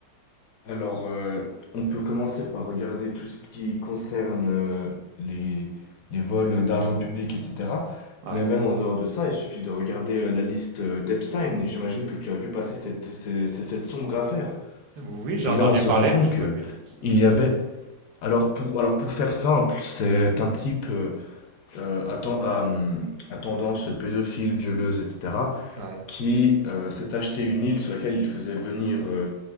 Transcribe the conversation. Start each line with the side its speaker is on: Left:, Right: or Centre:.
Left: Alors, euh, on peut commencer par regarder tout ce qui concerne euh, les, les vols d'argent public, etc.
Right: Ouais.
Left: Mais même en dehors de ça, il suffit de regarder euh, la liste euh, d'Epstein. Et j'imagine que tu as vu passer cette, ces- ces- cette sombre affaire.
Right: Oui, j'ai
Left: Et
Right: entendu
Left: là, on se
Right: parler,
Left: rend compte
Right: mais j'ai
Left: que
Right: pas vu de liste.
Left: il y avait. Alors pour, alors pour faire simple, c'est un type euh, euh, à, ten- à, hum, à tendance pédophile, violeuse, etc
Right: Ouais. Ouais.
Left: qui euh, s'est acheté une île sur laquelle il faisait venir euh,